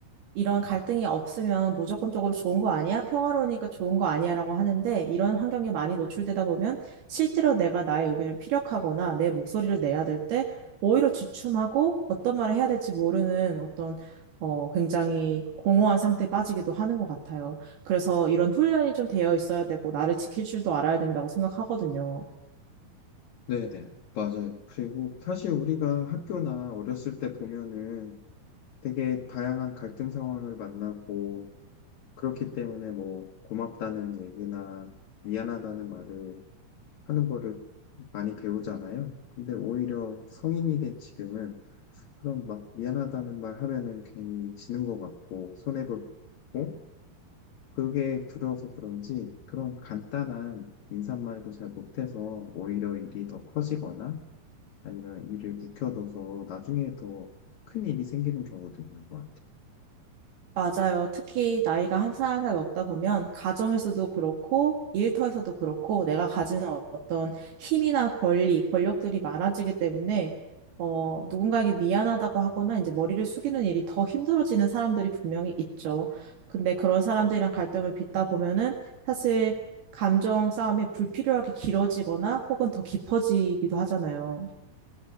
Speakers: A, on the right; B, on the left.
A: 이런 갈등이 없으면 무조건적으로 좋은 거 아니야? 평화로우니까 좋은 거 아니야? 라고 하는데 이런 환경에 많이 노출되다 보면 실제로 내가 나의 의견을 피력하거나 내 목소리를 내야 될 때 오히려 주춤하고 어떤 말을 해야 될지 모르는 어떤 어, 굉장히 공허한 상태에 빠지기도 하는 것 같아요. 그래서 이런 훈련이 좀 되어 있어야 되고 나를 지킬 줄도 알아야 된다고 생각하거든요.
B: 네네, 맞아요. 그리고 사실 우리가 학교나 어렸을 때 보면은 되게 다양한 갈등 상황을 만나고 그렇기 때문에 뭐 고맙다는 얘기나 미안하다는 말을 하는 거를 많이 배우잖아요. 근데 오히려 성인이 된 지금은 그런 막 미안하다는 말 하면은 괜히 지는 것 같고 손해볼 것 같고 그게 두려워서 그런지 그런 간단한 인사말도 잘 못해서 오히려 일이 더 커지거나 아니면 일을 묵혀둬서 나중에 더 큰 일이 생기는 경우도 있는 것 같아요.
A: 맞아요. 특히 나이가 한 살 한 살 먹다 보면 가정에서도 그렇고 일터에서도 그렇고 내가 가지는 어떤 힘이나 권리, 권력들이 많아지기 때문에 어, 누군가에게 미안하다고 하거나 이제 머리를 숙이는 일이 더 힘들어지는 사람들이 분명히 있죠. 근데 그런 사람들이랑 갈등을 빚다 보면은 사실 감정 싸움이 불필요하게 길어지거나 혹은 더 깊어지기도 하잖아요.